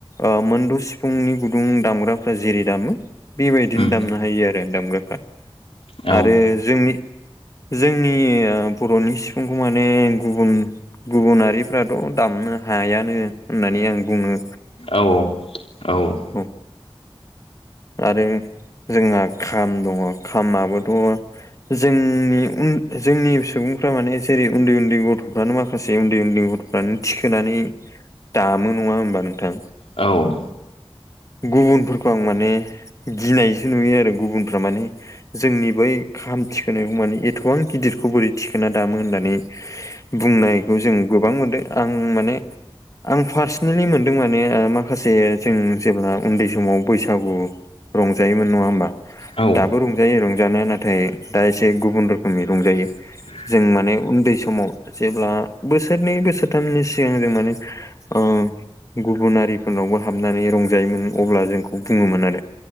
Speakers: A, on the left; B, on the left.
A: ओ मोनदु सि फुंनि गुदुं दामग्राफ्रा जेरै दामो बेबायदिनो
B: उम
A: दामनो हायो आरो दामग्राफ्रा
B: औ
A: आरो जोंनि जोंनि ओ बर'नि सिफुंखौ माने गुबुन गुबुनारिफ्राथ' दामनो हायानो होननानै आं बुङो
B: औ औ
A: औ आरो जोंहा खाम दङ खामाबोथ' जोंनि उ जोंनि सुबुंफ्रा माने जेरै उन्दै उन्दै गथ'फ्रानो माखासे उन्दै उन्दै गथ' फ्रानो थिखोनानै दामो नङा होमबा नोंथां
B: औ
A: गुबुनफोरखौ आं माने गिनायसो नुयो आरो गुबुनफ्रा माने जोंनि बै खाम थिखोनायखौ माने एथ'बां गिदिरखौ बोरै थिखोना दामो होननानै बुंनायखौ जों गोबां मोनदों आं माने आं पार्सनेलि मोनदों माने माखासे जों जेब्ला उन्दै समाव बैसागु रंजायोमोन नङा होमबा
B: औ
A: दाबो रंजायो रंजानाया नाथाय दा एसे गुबुन रोखोमनि रंजायो।
B: <inaudible>
A: जों माने उन्दै समाव जेब्ला बोसोरनै बोसोरथामनि सिगां जों माने ओ गुबुनारिफोरनावबो हाबनानै रं जायोमोन अब्ला जोंखौ बुङोमोन आरो